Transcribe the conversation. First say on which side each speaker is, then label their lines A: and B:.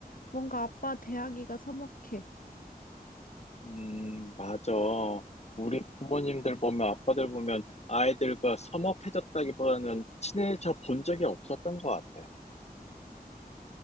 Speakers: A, on the left; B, on the left.
A: 뭔가 아빠 대하기가 서먹해.
B: 음, 맞아. 우리 부모님들 보면, 아빠들 보면 아이들과 서먹해졌다기보다는 친해져 본 적이 없었던 것 같아.